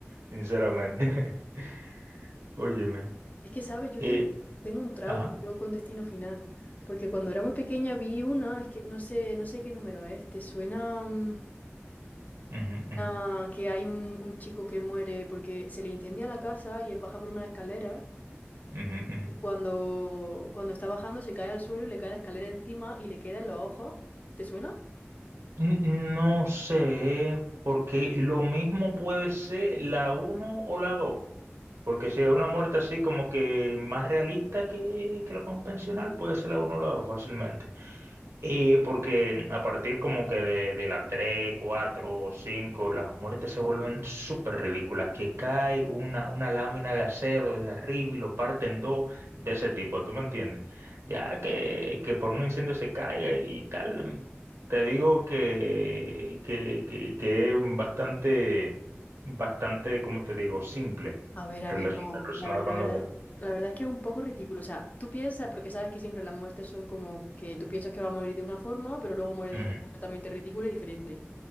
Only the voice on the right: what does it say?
sinceramente. <laughs> Óyeme.
Eh,
ajá.
ujú, ujú,
ujú, ujú.
N- No sé, porque lo mismo puede ser la uno o la 2, porque si es una muerte así como que más realista que, que lo convencional, puede ser la uno o la 2 fácilmente. Y porque a partir como que de, de la 3, 4, 5 las muertes se vuelven súper ridículas, que cae una, una lámina de acero desde arriba y lo parten dos de ese tipo, ¿tú me entiendes? Ya que, que por un incendio se caiga y tal, te digo que, que, que, que es bastante, bastante, como te digo, simple
relacion-
relacionada
con
los dedos.
Ujú.